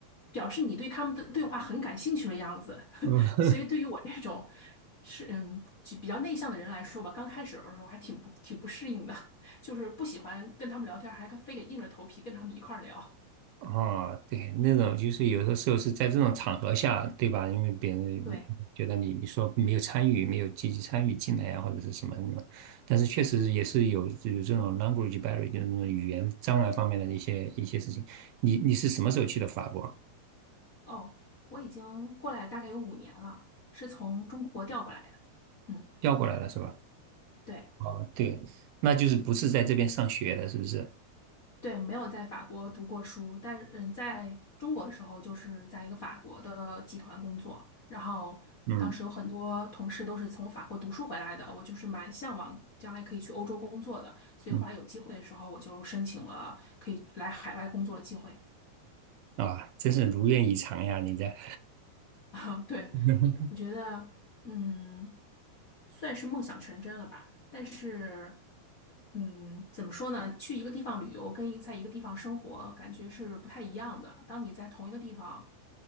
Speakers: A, on the left; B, on the right.
A: 表示你对他们的对话很感兴趣的样子。
B: 嗯，
A: <laughs> 所以对于我这种是嗯就比较内向的人来说吧，刚开始的时候还挺不挺不适应的，<laughs> 就是不喜欢跟他们聊天，还非得硬着头皮跟他们一块儿聊。
B: <laughs> 啊，对，那种就是有的时候是在这种场合下，对吧？因为别人觉得你你说没有参与，
A: 对，
B: 没有积极参与进来啊，或者是什么那种，但是确实也是有有这种 language barrier，就是那种语言障碍方面的一些一些事情。你你是什么时候去的法国？
A: 哦，我已经过来大概有五年了，是从中国调过来的。嗯，
B: 调过来的是吧？
A: 对。
B: 啊，对，那就是不是在这边上学的，是不是？
A: 对，没有在法国读过书，但是嗯，在中国的时候就是在一个法国的集团工作，然后当时有很多同事都是从法国读书回来的，
B: 嗯
A: 我就是蛮向往将来可以去欧洲工作的，所以后来有机会的时候我就申请了可以来海外工作的机会。
B: 嗯，啊，真是如愿以偿呀，你在。
A: <laughs> 啊，对，
B: <laughs>
A: 一我觉得，嗯，算是梦想成真了吧。但是，嗯，怎么说呢？去一个地方旅游跟一在一个地方生活，感觉是不太一样的。当你在同一个地方